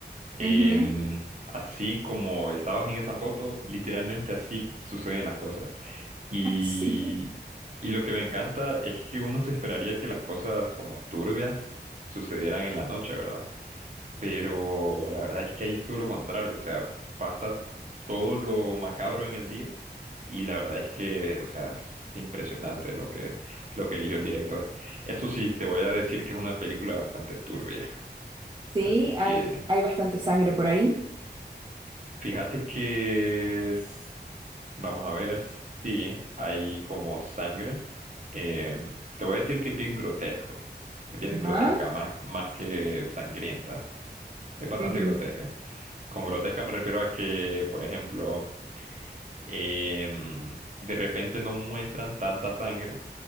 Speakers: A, on the right; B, on the right.
A: Em,
B: Ujú.
A: así como estabas en esa foto, literalmente así suceden las cosas. Y,
B: <laughs> Sí.
A: y lo que me encanta es que uno se esperaría que las cosas como turbias sucedieran en la noche, ¿verdad? Pero la verdad es que ahí es todo lo contrario, o sea, pasa todo lo macabro en el día y la verdad es que, o sea, es impresionante lo que, lo que eligió el director. Eso sí, te voy a decir que es una película bastante turbia,
B: Sí,
A: así que...
B: hay, hay bastante sangre por ahí.
A: Fíjate que es- vamos a ver sí hay como sangre. Em, te voy a decir que es bien grotesco. Es bien grotesca,
B: Ajá.
A: más, más que sangrienta. Es bastante
B: Ujú.
A: grotesca. Con grotesca me refiero a que, por ejemplo, em, de repente no muestran tanta sangre,